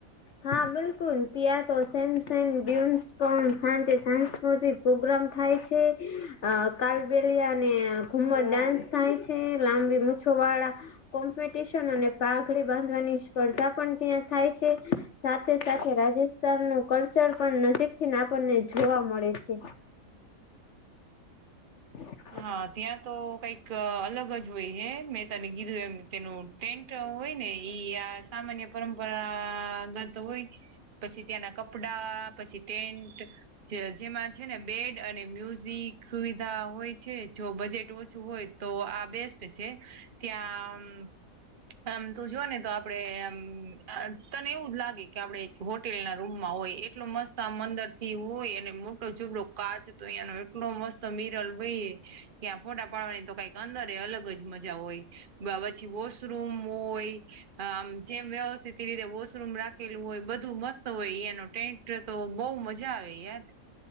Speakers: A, on the left (about 60°); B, on the right (about 40°).
A: હા, બિલકુલ, ત્યાં તો સેમસંગમસ શંત સા. પ્રગ્રામ થાય છે, કાલબલિયા અને ઘુમર ડાન્સ થાય છે, લાંબી છ વાળા કોમ્પિટશન અને પાઘડી બાંધવાની સ્પર્ધા પણ ત્યાં થાય છે. સાથે સાથે રાજસ્થાન નું કલ્ચર પણ નજીક થી આપણને જોવા મળે છે. હા.
B: હા, ત્યાં તો કઈક અલગ જ હોય હ, મેં તને કીધું એમ તેનું. ટેન્ટ હોય ને, ઈ આ સામાન્ય પરંપરાગત. તો હોય, પછી ત્યાંના કપડા પછી ટેન્ટ. જેમાં છે ને, બેડ અને મ્યુઝિક સુવિધા હોય. છે, જો બજેટ ઓછું હોય તો, આ બેસ્ટ છે ત્યાં. આમ, તો જો ને તો આપડે, એમ તને એવું જ લાગે કે, આપણે હોટેલ ના રૂમમાં હોય, એટલો મસ્ત આમ મંદર થી હોય, અને મોટો ઝબડ કાચ. તો અહીયાંનો એટલો મસ્ત, મિરલ ભાઈ. ત્યાં ફોટા પાડવાની તો કઈક અંદર અલગ જ મજા હોય. પછી વોશરૂમ હોય. આમ જેમ વ્યવસ્થિત એ રીતે વોશરૂમ રાખેલું હોય, બધું મસ્ત હોય, યાનું ટેન્ટ. એ તો બહુ મજા આવે યાર,